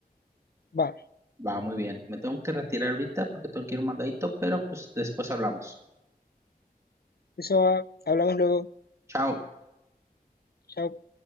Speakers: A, on the left (about 75°); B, on the right (about 15°).
A: Va,
B: Va muy bien. Me tengo que retirar ahorita porque tengo que ir a un mandadito, pero pues después hablamos.
A: eso va. Hablamos luego.
B: Chao.
A: Chao.